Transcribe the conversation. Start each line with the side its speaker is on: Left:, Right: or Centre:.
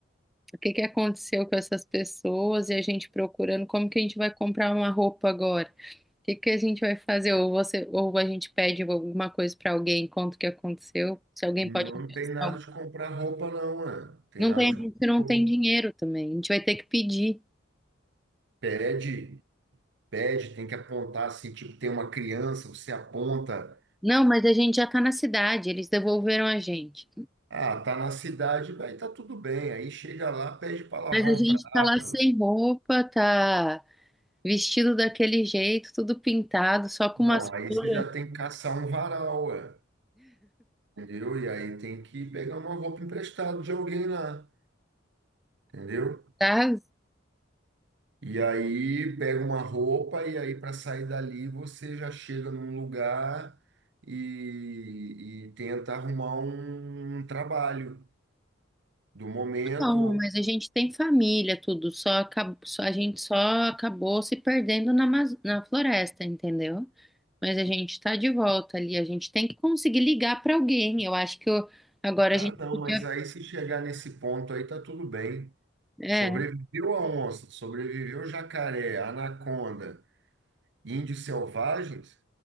Centre: o que que aconteceu com essas pessoas e a gente procurando como que a gente vai comprar uma roupa agora? O que que a gente vai fazer? Ou você, ou a gente pede alguma coisa para alguém, conta o que aconteceu, se alguém
Right: Não
Centre: pode emprestar.
Right: tem nada de comprar roupa, não, né? Tem
Centre: Não
Right: nada
Centre: tem,
Right: de
Centre: a gente
Right: comprar
Centre: não
Right: roupa.
Centre: tem dinheiro também, a gente vai ter que pedir.
Right: Pede, pede, tem que apontar assim, tipo, tem uma criança, você aponta,
Centre: Não, mas a gente já tá na cidade, eles devolveram a gente.
Right: ah, tá na cidade, vai, tá tudo bem. Aí chega lá, pede para lavar
Centre: Mas a gente
Right: um prato.
Centre: tá lá sem roupa, tá vestido daquele jeito, tudo pintado, só com
Right: Não,
Centre: umas
Right: aí
Centre: flores,
Right: você já tem que caçar um varal, ué, entendeu? E aí tem que pegar uma roupa emprestada de alguém lá, entendeu?
Centre: tá?
Right: E aí pega uma roupa e aí para sair dali você já chega num lugar e, e tenta arrumar um um trabalho do momento.
Centre: Não, mas a gente tem família, tudo, só, acab- só- a gente só acabou se perdendo na, Amaz- na floresta, entendeu? Mas a gente tá de volta ali, a gente tem que conseguir ligar pra alguém. Eu acho que eu- agora
Right: Ah,
Centre: a gente
Right: não,
Centre: podia,
Right: mas aí se chegar nesse ponto aí tá tudo bem.
Centre: é,
Right: Sobreviveu
Centre: a
Right: a onça, sobreviveu o jacaré, a anaconda, índios selvagens,